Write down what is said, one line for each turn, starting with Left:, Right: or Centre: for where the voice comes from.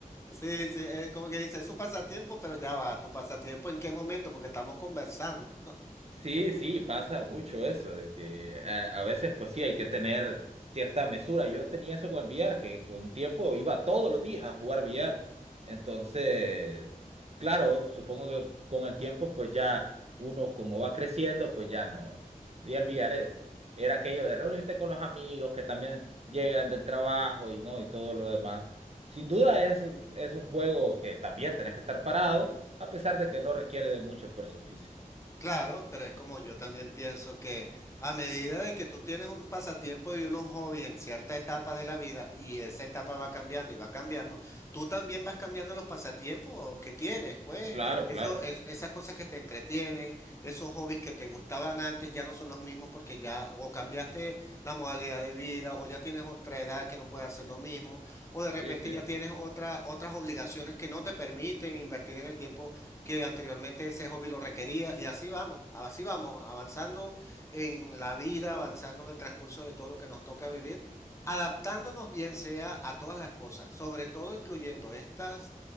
Left: Sí, sí, eh, como que dice, es su pasatiempo, pero ya va, ¿tu pasatiempo en qué momento? Porque estamos conversando.
Right: Sí, sí, pasa mucho eso, de que a, a veces pues sí hay que tener cierta mesura. Yo tenía eso con el billar, que con un tiempo iba todos los días a jugar billar. Entonces, claro, supongo que con el tiempo pues ya uno como va creciendo pues ya no. Y el billar es, era aquello de reunirte con los amigos que también llegan del trabajo y no, y todo lo demás. Sin duda es, un- es un juego que también tenés que estar parado, a pesar de que no requiere de mucho esfuerzo físico.
Left: Claro, pero es como yo también pienso que a medida de que tú tienes un pasatiempo y unos hobbies en cierta etapa de la vida y esa etapa va cambiando y va cambiando, tú también vas cambiando los pasatiempos que tienes, pues
Right: Claro,
Left: eso,
Right: claro.
Left: es, esas cosas que te entretienen, esos hobbies que te gustaban antes ya no son los mismos porque ya o cambiaste la modalidad de vida o ya tienes otra edad que no puedes hacer lo mismo o de repente
Right: Sí, sí.
Left: ya tienes otra, otras obligaciones que no te permiten invertir en el tiempo que anteriormente ese hobby lo requería y así vamos, así vamos, avanzando en la vida, avanzando en el transcurso de todo lo que nos toca vivir, adaptándonos bien sea a todas las cosas, sobre todo incluyendo estas